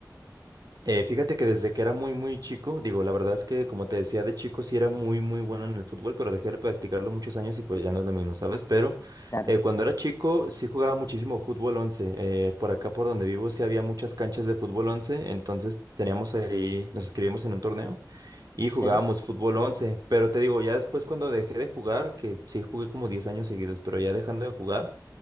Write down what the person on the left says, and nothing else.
Claro,
sí.
Sí,